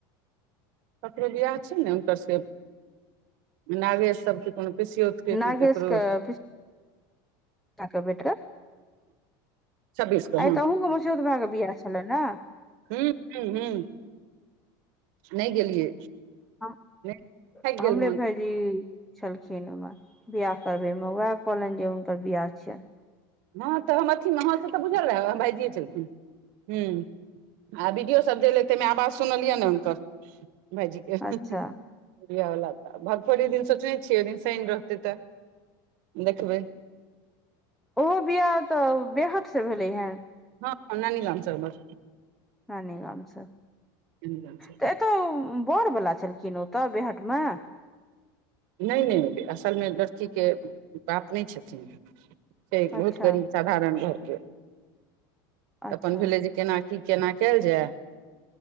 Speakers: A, on the right (about 60°); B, in the centre.
A: ककरो बियाह छैय ने हुनकर से नागे सबके को पीसीओत के
B: नागेश
A: की ककरो
B: के पिसा <unintelligible> आइ
A: छब्बीस के हँ
B: तऽ अहूँके मस्यौत भएके बिआाह छलय ने? <inaudible>
A: हूँ हूँ हूँ नहि गेलियै।
B: हम
A: नहि थाकि गेल
B: हमरे
A: मोन
B: भाईजी छलखिन ओमे बियाह करबैमे उएह कहलनि जे हुनकर बियाह छियैन
A: हँ तऽ हम अथि ह से तऽ बुझल रहै भायइजिए छलखिन हु आ वीडियोसभ द लेतै मे आवाज सुनलियै ने हुनकर भायजीके
B: अच्छा
A: बियाह बला त भगफोरी दिन सोचने छियै ओहि दिन शैन रहतै तऽ देखबै
B: ओहो बियाह तऽ बेहद से भेलै हेँ।
A: हँ नानी गामसबर
B: नानी गामसँ
A: गाम से
B: तऽ ए तो बर बला छलखिन ओ तऽ बेहट मे?
A: नैय नैत असलमे लड़कीके बाप नैय छथिन। छैय बहुत
B: अच्छा
A: गरीब साधारण घरके
B: अच्छा
A: अपन भेलै जे केना की केना कल जाय?